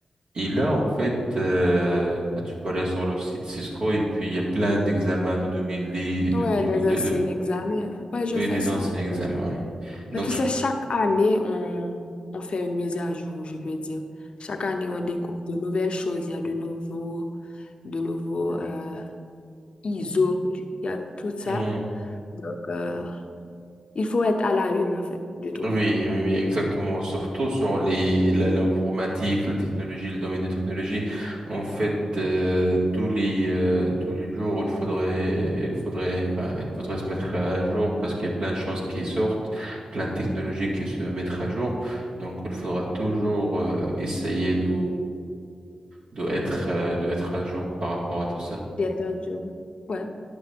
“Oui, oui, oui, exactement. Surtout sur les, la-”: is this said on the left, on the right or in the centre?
Right